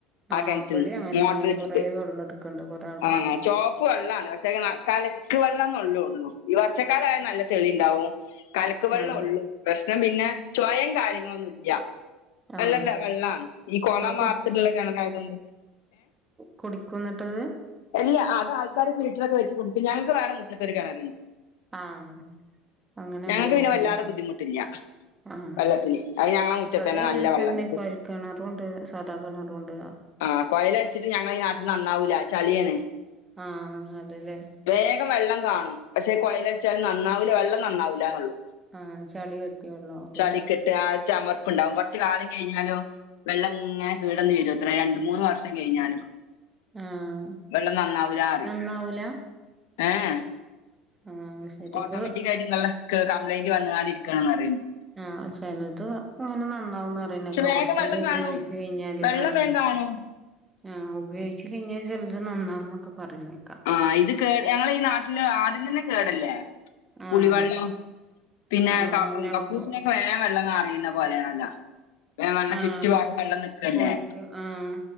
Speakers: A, on the left (about 85°); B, on the right (about 20°).
A: ആ
B: ആഹ്
A: കെൻറ്റിന്ന്
B: ഇബടിം അങ്ങനെന്നെ
A: മോട്ടർ വെച്ചിട്ട്
B: കൊറേ വെള്ളം എടുക്ക്ണ്ട് കൊറേ ആൾക്കാര്
A: ആഹ് ചുവപ്പ് വെള്ളമാണ് പക്ഷേ കലക്ക് വെള്ളംന്ന ഉള്ളൂ ഈ വർഷക്കാലായൽ നല്ല തെളി ഇണ്ടാവും കലക്ക് വെള്ളം
B: ആഹ്
A: ഉള്ളൂ പ്രശ്നം പിന്നെ ചോയയും കാര്യങ്ങളൊന്നു ഇല്ല നല്ല
B: ആഹ്
A: വെള്ളമാണ് ഈ കൊളം
B: അത്
A: വാർത്തിട്ടുള്ള കിണറായതു കൊണ്ട്
B: കുടിക്കുംന്നിട്ടത്
A: അല്ല അത് ആൾക്കാര് ഫിൽറ്ററോഒക്കെ വെച്ച് കുടിക്കും ഞങ്ങൾക്ക് വേറെ മുറ്റത്തൊരു കിണറുണ്ട്
B: ആഹ് അങ്ങനെവുമ്പോ
A: ഞങ്ങക്ക് പിന്നെ
B: ഇടങ്ങേറാണ്
A: വല്ലാതെ ബുദ്ധിമുട്ടില്ല
B: ആഹ്
A: വെള്ളത്തിന് അത് ഞങ്ങളെ മുറ്റത്ത്
B: ഇവിടെ
A: തന്നെ
B: അങ്ങനെ
A: നല്ല വെള്ളണ്ട്
B: തന്നെ കോൽ കിണറുണ്ട് സാധാ കിണറുംണ്ട്
A: ആഹ് കൊയലടിച്ചിട്ട് ഞങ്ങളി ഈ നാട്ടിന്ന് നന്നാവൂല ചളിയണ്
B: ആഹ് അതെല്ലേ
A: വേഗം വെള്ളം കാണും പക്ഷേ കൊയലടിച്ചാല് നന്നാവൂല വെള്ളം നന്നാവുലന്നൊള്ളൂ
B: ആഹ് ചളി കെട്ടിയ വെള്ളം അതെ
A: ചളിക്കെട്ട് ആ ചമർപ്പുണ്ടാവും കൊറച്ചു കാലം കഴിഞ്ഞാലോ വെള്ളം എങ്ങനെ കെടന്നു വരും അത്ര രണ്ട് മൂന്ന് വർഷം കഴിഞ്ഞാലും
B: ആഹ്
A: വെള്ളം നന്നാവുല്ല പറിയും
B: നന്നാവൂല
A: ഏഹ്
B: ആഹ് ശരി
A: ഓട്ടോമാറ്റിക്
B: ഇത്
A: ആയിട്ടും ഇണ്ടല്ല കംപ്ലയിന്റ് വന്നുക്കാണ്ട് ഇരിക്കണ്ന്ന് പറയണ്ട്
B: ആഹ് ചെലത് അങ്ങനെ നന്നാവുന്ന് പറയും
A: പക്ഷെ
B: ന്നെക്ക
A: വേഗം
B: കുറച്ചാണ്ട്
A: വെള്ളം കാണും
B: ചോദിച്ച കഴിഞ്ഞാല്
A: വെള്ളം
B: ആഹ്
A: വേഗം കാണും
B: ആഹ് ഉപയോഗിച്ചച്ച് കഴിഞ്ഞാൽ ചിലത് നന്നാവന്നൊക്കെ പറയിണത് കേൾക്കാം
A: ആഹ് ഇത് കേട് ഞങ്ങള ഈ നാട്ടില് ആദ്യം തന്നെ കേടല്ലേ പുളിവെള്ളം
B: ആഹ്
A: പിന്നെ
B: ആഹ് അങ്ങനെ
A: കക്കൂസിന
B: ആവുമ്പോ
A: ക്കെ വേം വെള്ളം എ നറിയുന്ന പോലാണല്ലോ വേം വെള്ളം
B: ആഹ്
A: ചുറ്റു ഭാഗും വെള്ളം നിക്കല്ലേ
B: കുഴിക്ക് ആഹ്